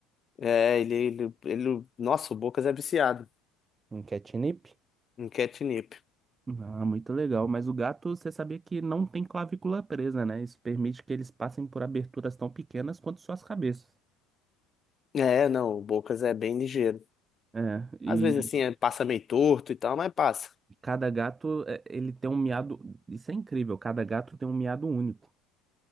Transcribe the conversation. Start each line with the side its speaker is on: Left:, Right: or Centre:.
Left: É, ele, ele, ele. Nossa, o Bocas é viciado
Right: Um catnip.
Left: em catnip.
Right: Ah, muito legal. Mas o gato, você sabia que não tem clavícula presa, né? Isso permite que eles passem por aberturas tão pequenas quanto suas cabeças.
Left: É, não, o Bocas é bem ligeiro.
Right: É, e
Left: Às vezes, assim, é- passa meio torto e tal, mas passa.
Right: Cada gato, é, ele tem um miado. Isso é incrível. Cada gato tem um miado único.